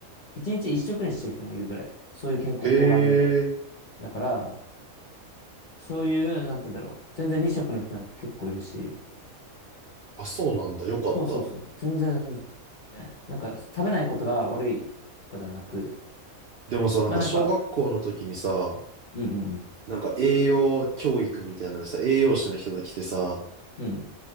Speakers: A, on the left; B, on the right.
A: 1日1食にしてる人もいるぐらい、そういう健康法があるぐらい。
B: へえ、
A: だから、そういう、なんて言うんだろう、全然2食の人なんか結構いるし、
B: あ、そうなんだ。よかった。
A: そうそうそう、全然、なんか食べないことが悪いとかではなく、
B: でもさ、なんか小学校の時にさ、
A: まあなんか、うんうん
B: なんか栄養教育みたいなのでさ、栄養士の人が来てさ、
A: うん、